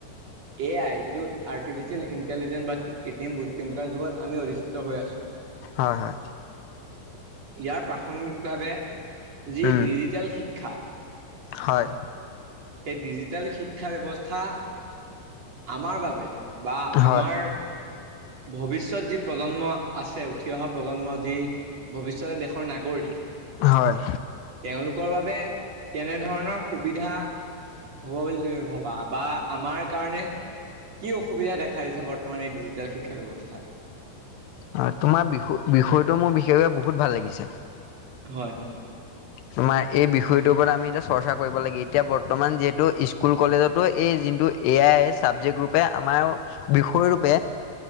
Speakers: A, on the right (about 45°); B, on the left (about 80°).
A: এ আই যিটো আৰ আৰ্টিচিয়েল ইণ্টেলিজেন্ বা কৃত্ৰিম বুদ্ধিমতাৰ যুগত আমি অধিত হৈ আছো।
B: হয়- হয়।
A: ইয়াৰ প্ৰাসংগিকভাৱে যি
B: উম
A: ডিজিটেল শিক্ষা।
B: হয়।
A: সেই ডিজিটেল শিক্ষা ব্যৱস্থা আমাৰ বাবে বা
B: হয়
A: আমাৰ ভৱিষ্যতে যি প্ৰজন্ম আছে উঠি অহা প্ৰজন্ম যি ভৱিষ্যতে দেশৰ নাগৰিক
B: হয়
A: তেওলোকৰ বাবে কেনেধৰণৰ সুবিধা হ'ব বুলি তুমি ভাবা বা আমাৰ কাৰণে কি অসুবিধা দেখা দিছে বৰ্তমান এই ডিজিটেল শিক্ষা ব্যৱস্থাত।
B: অ, তোমাৰ বি বিষয়টো মোৰ বিশেষকে বহুত ভাল লাগিছে।
A: হয়।
B: তোমাৰ এই বিষয়টোৰ ওপৰত আমি এতিয়া চৰ্চা কৰিব লাগে এতিয়া বৰ্তমান যিহেতু স্কুল কলেজতো এই কিন্তু এ আই চাবজেক্ট ৰূপে আমাৰ বিষয় ৰূপে।